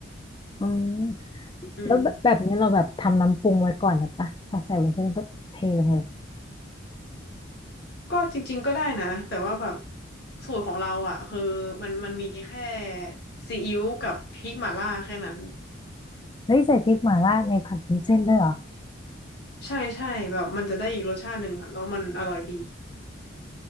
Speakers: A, on the left; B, on the left.
A: อืม
B: อืม
A: แล้วแบบแบบนี้เราแบบทำน้ำปรุงไว้ก่อนหรือปะพอใส่วุ้นเส้นก็เทลงเลย
B: ก็จริงๆก็ได้นะแต่ว่าแบบสูตรของเราอ่ะคือมันมันมีแค่ซีอิ๊วกับพริกหม่าล่าแค่นั้น
A: เฮ้ยใส่พริกหม่าล่าในผัดวุ้นเส้นด้วยเหรอ
B: ใช่ใช่แบบมันจะได้อีกรสชาติหนึ่งอ่ะแล้วมันอร่อยดี